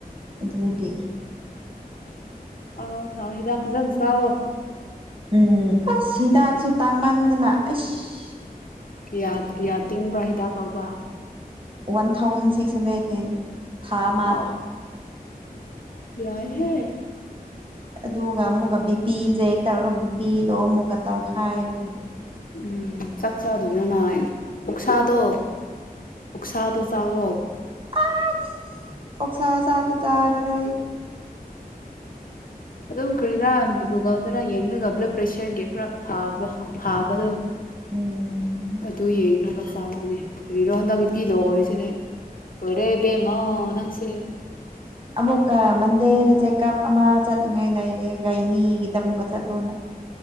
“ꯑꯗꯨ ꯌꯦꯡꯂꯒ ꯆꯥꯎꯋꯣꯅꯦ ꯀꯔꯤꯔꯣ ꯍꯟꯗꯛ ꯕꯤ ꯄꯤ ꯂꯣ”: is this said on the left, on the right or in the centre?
Left